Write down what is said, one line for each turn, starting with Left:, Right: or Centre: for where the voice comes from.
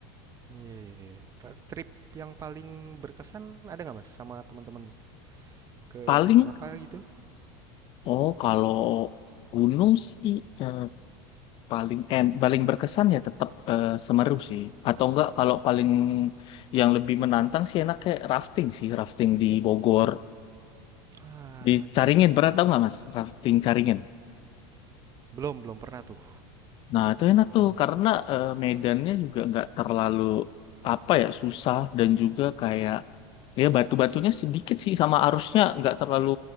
Right: iya iya iya. Tra- Trip yang paling berkesan ada nggak Mas sama teman-teman ke
Left: paling
Right: gunung apa gitu?
Left: oh kalau gunung sih eh, paling en paling berkesan ya tetap eh, Semeru sih atau enggak kalau paling yang lebih menantang sih enaknya rafting sih rafting di Bogor
Right: Ah,
Left: di
Right: iya.
Left: Caringin
Right: iya.
Left: pernah tahu nggak Mas rafting Caringin
Right: Belum, belum pernah tuh.
Left: Nah, itu enak tuh
Right: Belum.
Left: karena eh, medannya juga nggak terlalu apa ya susah dan juga kayak ya batu-batunya sedikit sih sama arusnya nggak terlalu